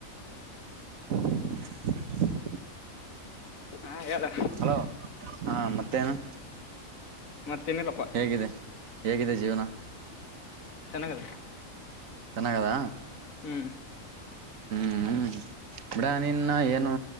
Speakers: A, on the right; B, on the left.
A: <unintelligible>
B: ಹಾ ಹೇಳಲ್ಲ
A: ಹಲೋ ಹಾ ಮತ್ತೇನು
B: ಮತ್ತೆ ನಿಲ್ಲಪ್ಪ
A: ಹೇಗಿದೆ ಹೇಗಿದೆ ಜೀವನ
B: ಚೆನ್ನಾಗದ
A: ಚೆನ್ನಾಗದಾ
B: ಹ್ಮ್
A: ಹ್ಮ್ ಹ್ಮ್ ಬಿಡ ನಿನ್ನ ಏನು